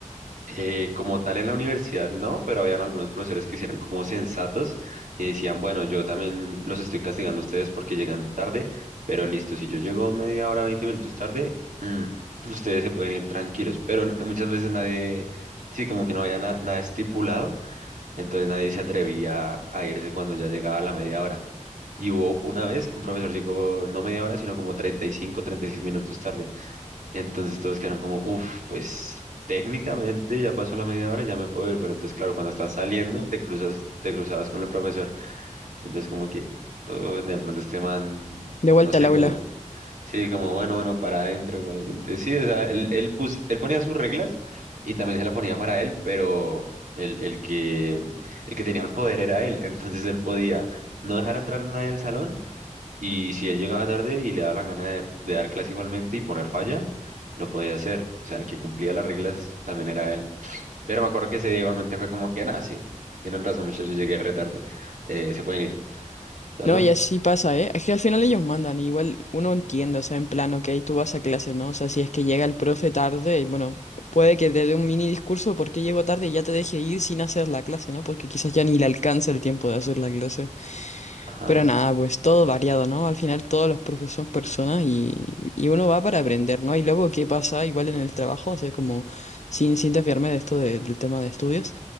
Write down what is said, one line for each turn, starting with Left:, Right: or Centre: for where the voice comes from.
Right: Eh, como tal en la universidad no, pero habían algunos profesores que sí eran como sensatos y decían, bueno, yo también los estoy castigando a ustedes porque llegan tarde, pero listo, si yo llego media hora, 20 minutos tarde, mm, ustedes se pueden ir tranquilos, pero n- muchas veces nadie, sí, como que no había na- nada estipulado Entonces nadie se atrevía a irse cuando ya llegaba la media hora. Y hubo una vez que un profesor llegó no media hora, sino como treinta treinta y cinco treinta y seis minutos tarde. Entonces todos quedaron como, uff, pues técnicamente ya pasó la media hora, ya me puedo ir. Pero entonces, claro, cuando estás saliendo, te cruzas, te cruzabas con el profesor. Entonces como que, "Oh, de pronto este man,
Left: De vuelta
Right: no sé,
Left: al aula.
Right: como Sí, como bueno, bueno, para adentro igualmente. Sí, o sea, él, él, pus- él ponía sus reglas y también se la ponía para él, pero el, el que, el que tenía el poder era él. <laughs> Entonces él podía no dejar entrar a nadie al salón y si él llegaba tarde y le daba la gana de, de dar clase igualmente y poner falla, lo podía hacer. O sea, el que cumplía las reglas también era él. Pero me acuerdo que ese día igualmente fue como que, nada, sí, tienen razón, muchachos, llegué re tarde. Eh, se pueden ir. Entonces,
Left: No,
Right: bueno,
Left: y así pasa, ¿eh? Es que al final ellos mandan, igual uno entiende, o sea, en plan, ok, tú vas a clase, ¿no? O sea, si es que llega el profe tarde, bueno, puede que te dé un mini discurso porque llegó tarde y ya te deje ir sin hacer la clase, ¿no? Porque quizás ya ni le alcanza el tiempo de hacer la clase.
Right: ajá,
Left: Pero nada, pues todo variado, ¿no? Al final todos los profes son personas y, y uno va para aprender, ¿no? Y luego, ¿qué pasa? Igual en el trabajo, o sea, como sin, sin desviarme de esto de- del tema de estudios,